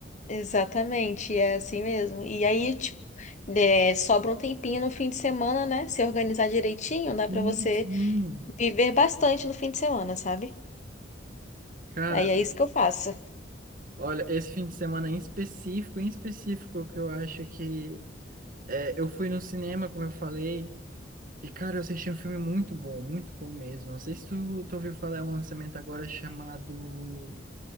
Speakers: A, on the left; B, on the right.
A: exatamente, é assim mesmo. E aí, tipo, é, sobra um tempinho no fim de semana, né? Se organizar direitinho, dá
B: Sim,
A: pra você
B: sim.
A: viver bastante no fim de semana, sabe?
B: Cara,
A: Aí é isso que eu faço.
B: olha, esse fim de semana em específico, em específico, que eu acho que é, eu fui no cinema, como eu falei, e cara, eu assisti um filme muito bom, muito bom mesmo. Não sei se tu, tu ouviu falar, é um lançamento agora chamado.